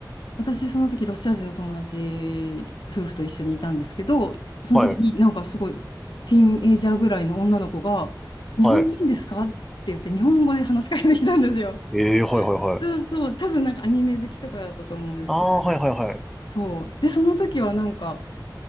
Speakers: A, on the left; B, in the centre.
A: 私、その時、ロシア人の友達、夫婦と一緒にいたんですけど、その時になんかすごい、
B: はい、
A: ティーンエイジャーぐらいの女の子が、日本人ですかって言って、
B: はい。
A: 日本語で話しかけてきたんですよ。
B: ええー、はい、はい、はい。
A: そうそう、多分なんかアニメ好きとかだったと思うんですけど、
B: ああ、はい、はい、はい。
A: そう。で、その時はなんか、